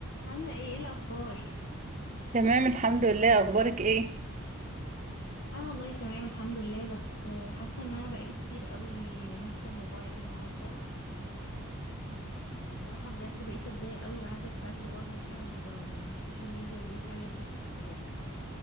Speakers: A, on the left (about 50°); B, on the right (about 35°).
A: عاملة ايه ايه الأخبار؟
B: تمام الحمد لله اخبارك ايه
A: أنا والله تمام الحمد لله بس آه، حاسة إن أنا بقالي كتير قوي ماسكة الموبايل النهاردة ف- صراحة بجد بقيت أتضايق قوي بعدد الساعات اللي بقعد فيها على الموبايل يعني السوشيال ميديا دي حاجة تسحل بجد